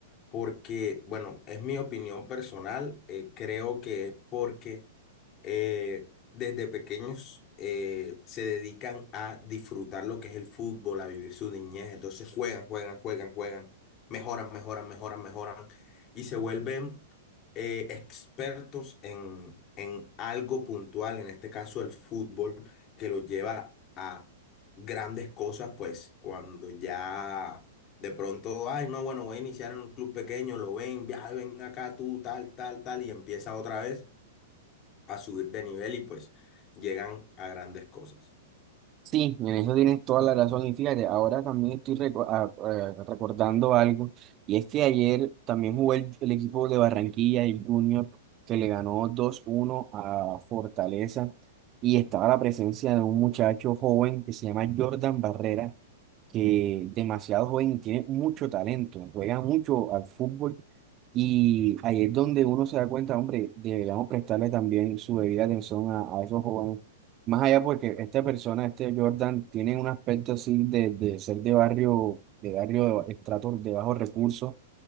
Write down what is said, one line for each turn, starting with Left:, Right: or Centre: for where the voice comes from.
Left: porque, bueno, es mi opinión personal, eh, creo que es porque eh, desde pequeños eh, se dedican a disfrutar lo que es el fútbol, a vivir su niñez. Entonces juegan, juegan, juegan, juegan, mejoran, mejoran, mejoran, mejoran y se vuelven eh, expertos en, en algo puntual, en este caso el fútbol, que los lleva a grandes cosas, pues cuando ya... De pronto, ay, no, bueno, voy a iniciar en un club pequeño, lo ven, ya, ven acá tú, tal, tal, tal, y empieza otra vez a subir de nivel y pues llegan a grandes cosas.
Right: Sí, en eso tienes toda la razón. Y fíjate, ahora también estoy reco- a- a- recordando algo, y es que ayer también jugó el, el equipo de Barranquilla, el Junior, que le ganó dos uno a Fortaleza, y estaba la presencia de un muchacho joven que se llama Jordan Barrera, que demasiado joven y tiene mucho talento, juega mucho al fútbol, y ahí es donde uno se da cuenta, hombre, deberíamos prestarle también su debida atención a, a esos jóvenes más allá porque esta persona, este Jordan, tiene un aspecto así de, de ser de barrio, de barrio de estrato de bajos recursos.